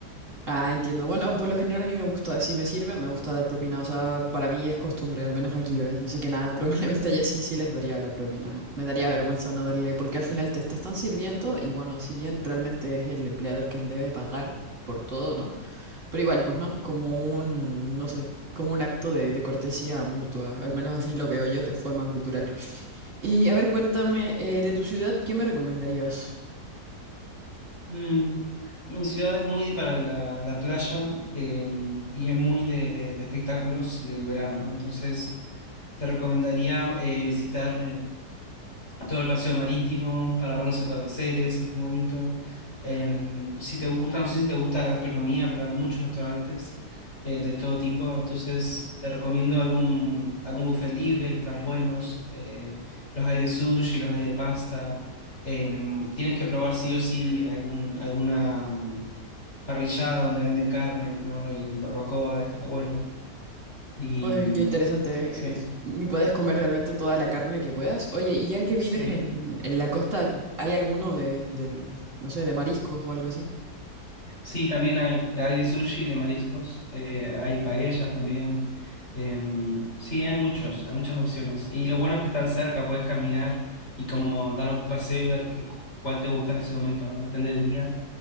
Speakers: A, on the right; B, on the left.
A: Ah, entiendo. Bueno, por lo general a mí me gusta, si me sirve, me gusta dar propina. O sea, para mí es costumbre, al menos aquí lo es. Así que nada, <laughs> probablemente allá sí, sí les daría la propina, ¿no? Me daría vergüenza no darle, porque al final te, te están sirviendo y bueno, si bien realmente es el empleador quien debe pagar por todo, ¿no? Pero igual, pues, ¿no? Como un, no sé, como un acto de, de cortesía mutua. Al menos así lo veo yo de forma cultural. Y a ver, cuéntame, eh, de tu ciudad, ¿qué me recomendarías?
B: Mm, mi ciudad es muy para la, la playa em, y es muy de, de espectáculos y del verano. Entonces te recomendaría eh, visitar todo el paseo marítimo para ver los atardeceres, es muy bonito. Eh, si te gusta, no sé si te gusta la gastronomía, pero hay muchos restaurantes eh, de todo tipo, entonces te recomiendo algún, algún buffet libre que están buenos. eh, los hay de sushi, los hay de pasta. Eh, tienes que probar sí o sí algún, alguna mm, parrillada donde venden carne, ¿no? Y barbacoa, está bueno. Y
A: Uy,
B: mm,
A: qué interesante.
B: sí,
A: es- Y puedes comer realmente toda la carne que puedas. Oye, y ya que
B: sí.
A: vives en, en la costa, ¿hay alguno de, del- no sé, de mariscos o algo así?
B: Sí, también hay. Hay de sushi, de mariscos, eh, hay paellas también. Em, sí, hay muchos, hay muchas opciones. Y lo bueno es que están cerca, puedes caminar y como dar un paseo y ver qué, cuál te gusta en ese momento, ¿no? Depende del día.